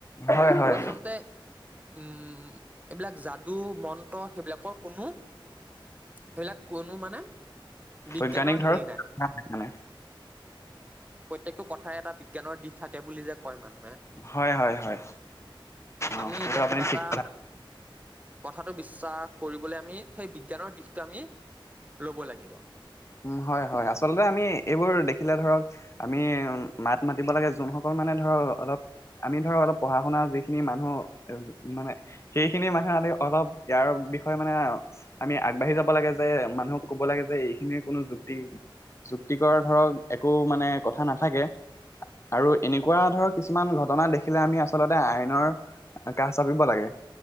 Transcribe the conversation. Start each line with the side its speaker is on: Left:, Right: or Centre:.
Left: হয়, হয়।
Right: আচলতে উম' এইবিলাক যাদু মন্ত্ৰ সেইবিলাকৰ কোনো সেইবিলাক কোনো মানে বিজ্ঞানৰ
Left: বৈজ্ঞানিক ধৰক
Right: হেৰি নাইে।
Left: মানে
Right: এটা বিজ্ঞানৰ দিশ থাকে বুলি যে কয় মানুহ।
Left: হয়, হয়, হয়।
Right: আমি
Left: অ সেইটো
Right: এতিয়া
Left: আপুনি
Right: কিবা এটা
Left: ঠিক কথা
Right: কথাটো বিশ্বাস কৰিবলৈ আমি সেই বিজ্ঞানৰ দিশটো আমি লব লাগিব
Left: উম হয়, হয়, আচলতে আমি এইবোৰ দেখিলে ধৰক আমি উম মাত মাতিব লাগে যোনসকল মানে ধৰক অলপ আমি ধৰক অলপ পঢ়া শুনা যিখিনি মানুহ মানে সেইখিনি মানুহে আজি অলপ ইয়াৰ বিষয়ে মানে আমি আগবাঢ়ি যাব লাগে যে মানুহক ক'ব লাগে যে এইখিনিৰ কোনো যুক্তি যুক্তিকৰ ধৰক একো মানে কথা নাথাকে। আৰু এনেকুৱা ধৰক কিছুমান ঘটনা দেখিলে আমি আচলতে আইনৰ। কাষ চাপিব লাগে।